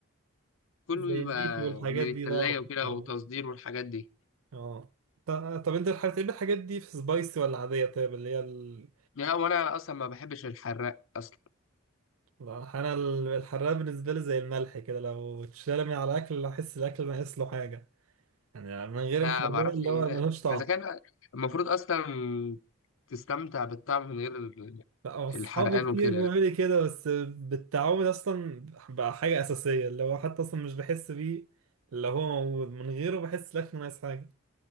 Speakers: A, on the left; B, on the right.
A: كله
B: زي
A: بيبقى
B: البيتي والحاجات
A: من
B: دي
A: التلاجة
B: بعرف
A: وكده
B: منها.
A: وتصدير والحاجات دي
B: اه ط- طب انت الح- بتحب الحاجات دي في سبايسي ولا عادية طيب اللي هي ال...
A: لا وانا اصلا ما بحبش الحراق اصلا
B: انا ال- الحراق بالنسبة لي زي الملح كده لو اتشال من على الاكل احس الاكل ناقص له حاجة يعني من غير
A: لا
B: الحراق
A: ما اعرفش
B: اللي
A: إيه
B: هو
A: ده
B: ملوش طعم
A: اذا كان المفروض اصلا تستمتع بالطعم من غير ال-
B: لا اصحابي
A: الحرقان
B: كتير
A: وكده
B: بيقولوا لي كده بس بالتعود اصلا بقى حاجة اساسية اللي هو حتى اصلا مش بحس بيه اللي هو موجود من غيره بحس الاكل ناقص حاجة